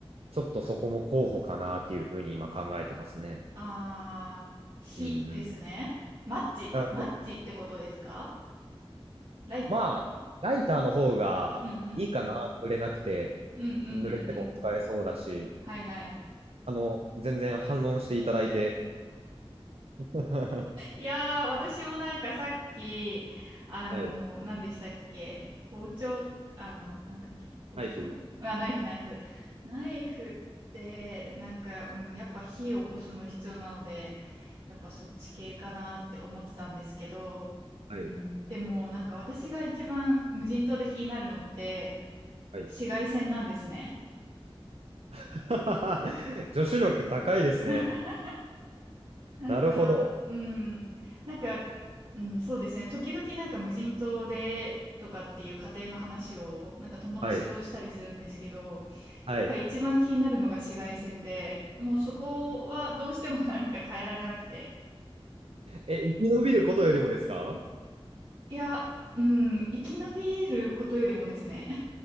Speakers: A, on the right; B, on the right.
A: ちょっとそこも候補かなっていうふうに今考えてますね。
B: あー、火ですね。
A: うんうん。
B: マッチ、
A: あの、
B: マッチってことですかライタ
A: まあ、ライターの方がいいかな、
B: ーうんうん。
A: 濡れなくて、
B: うんうんうんう
A: 濡れても使えそうだし、
B: ん。はいはい。
A: あの、全然反論していただいて。<laughs>
B: いやー、私もなんかさっき、あのー、
A: はい。
B: 何でしたっけ包丁、あの、なんだっけ包丁あ、
A: ナイフ
B: ナイフナイフ。ナイフって、なんか、うん、やっぱ火を起こすの必要なので、やっぱそっち系かなって思ってたんですけど、
A: はい。
B: うん、でもなんか私が一番無人島で気になるのって、
A: はい。
B: 紫外線なんですね。
A: <laughs> 助手力高いですね。
B: <laughs> なんか、
A: なるほど。
B: うん、なんか、うん、そうですね。時々なんか無人島でとかっていう家庭の話をなんか友達としたりするんですけど、
A: はい。
B: やっぱ一番気になるのが紫外線で、
A: はい。
B: もうそこはどうしてもなんか変えられなくて。
A: え、生き延びることよりもですか
B: いや、うん、生き延びることよりもですね。